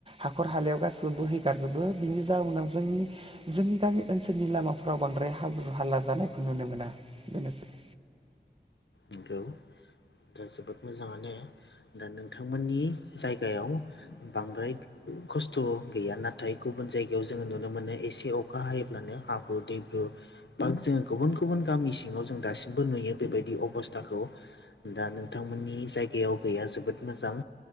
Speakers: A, on the right; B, on the left.
A: हाखर हालायाव गासैबो बोहैगारजोबो बिनि जाउनाव जोंनि जोंनि गामि ओनसोलनि लामाफोराव बांद्राय हाब्रु हाला जानायखौ नुनो मोना बेनोसै
B: नंगौ दा जोबोद मोजांङानो दा नोंथांमोननि जायगायाव बांद्राय खस्थ' गैया नाथाय गुबुन जायगायाव जोंङो नुनो मोनो एसे अखा हायोब्लानो हाब्रु दैब्रु बा जोंङो गुबुन गुबुन गामि सिङाव जों दासिमबो नुयो बेबायदि अबस्था थाखौ दा नोंथांमोननि जायगायाव गैया जोबोद मोजां